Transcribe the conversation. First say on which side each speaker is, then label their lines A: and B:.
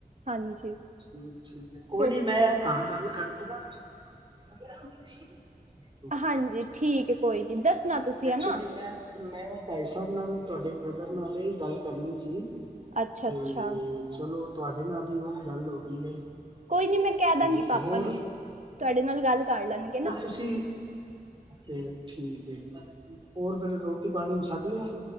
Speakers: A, on the right; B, on the right.
A: ਹਾਂਜੀ
B: ਠੀਕ ਠੀਕ ਕੋਈ
A: ਫਿਰ
B: ਨੀ
A: ਤ-
B: ਮੈਂ ਘਰ ਗੱਲ ਕਰਕੇ ਨਾ, ਤੇ ਫਿਰ ਮੈਂ ਤੁਹਾਨੂੰ ਦੱਸਣ।
A: ਹਾਂਜੀ ਠੀਕ ਹੈ ਕੋਈ ਨੀ ਦੱਸਣਾ। ਤੁਸੀਂ
B: ਐਕਚੁਲੀ
A: ਹੈ ਨਾ
B: ਮੈਂ ਮੈਂ ਬਾਈ ਸਾਹਿਬ ਨਾਲ ਤੁਹਾਡੇ ਬ੍ਰਦਰ ਨਾਲ ਹੀ ਗੱਲ ਕਰਨੀ ਸੀ।
A: ਅੱਛਾ ਅੱਛਾ
B: ਹੂੰ ਚਲੋ ਤੁਹਾਡੇ ਨਾਲ ਹੀ ਹੁਣ ਗੱਲ ਹੋ ਗਈ ਹੈ।
A: ਕੋਈ ਨੀ ਮੈਂ ਕਹਿ
B: ਤੇ
A: ਦਾਂਗੀ ਪਾਪਾ
B: ਹੋਰ
A: ਨੂੰ, ਤੁਹਾਡੇ ਨਾਲ ਗੱਲ ਕਰ ਲੈਣਗੇ ਨਾ।
B: ਤੁਸੀਂ ਹੂੰ ਠੀਕ ਹੈ, ਹੋਰ ਫੇਰ ਰੋਟੀ ਪਾਣੀ ਛਕ ਲਿਆ?